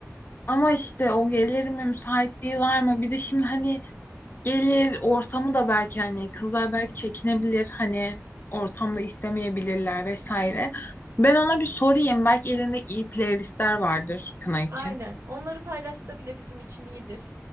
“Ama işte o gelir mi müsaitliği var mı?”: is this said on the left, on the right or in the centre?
Left